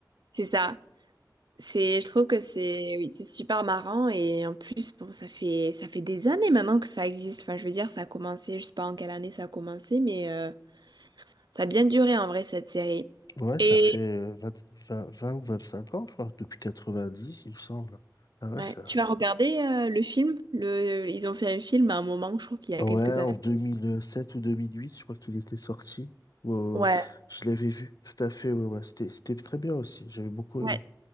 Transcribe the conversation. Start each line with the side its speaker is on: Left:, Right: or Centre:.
Right: c'est ça. C'est, je trouve que c'est, oui, c'est super marrant et en plus, bon, ça fait, ça fait des années maintenant que ça existe. Enfin, je veux dire, ça a commencé, je sais pas en quelle année ça a commencé, mais euh, ça a bien duré en vrai cette série.
Left: Ouais, ça
Right: Et
Left: fait euh, vingt 20 20 ou 25 ans, je crois, depuis quatre-vingt-dix il me semble. Ah ouais,
Right: ouais,
Left: ça...
Right: tu as regardé euh, le film? Le, ils ont fait un film à un moment, je crois qu'il y a
Left: Ouais,
Right: quelques
Left: en
Right: années.
Left: 2007 ou deux mille huit je crois qu'il était sorti. Ou, euh,
Right: Ouais,
Left: je l'avais vu, tout à fait, ouais, ouais. C'était, c'était très bien aussi, j'avais beaucoup
Right: ouais,
Left: aimé.